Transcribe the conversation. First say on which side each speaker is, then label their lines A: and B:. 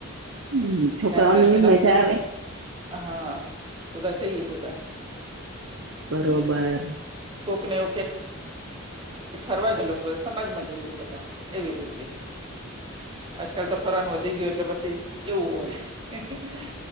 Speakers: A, on the right (about 60°); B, on the right (about 25°).
A: હમ્મ. છોકરાઓ
B: કાનુડા
A: બી
B: જન્મ
A: મજા આવે.
B: હા. બધા જઈએ બધા.
A: બરોબર.
B: ને કોકને એવું કે <unintelligible> ફરવા લોકો બધા સમાજમાં જઈએ બધા એવી રીતે. આજકાલ તો ફરવાનું વધી ગયું, એટલે પછી એવું હોય.